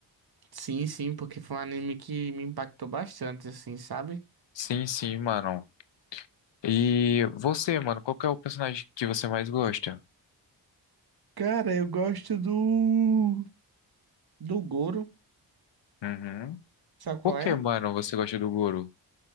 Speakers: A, on the right; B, on the left.
A: Sim, sim, porque foi um anime que me impactou bastante, assim, sabe?
B: Sim, sim, mano. E você, mano, qual que é o personagem que você mais gosta?
A: Cara, eu gosto do. Do Goro.
B: Uhum.
A: Sabe qual
B: Por que,
A: é?
B: mano, você gosta do Goro?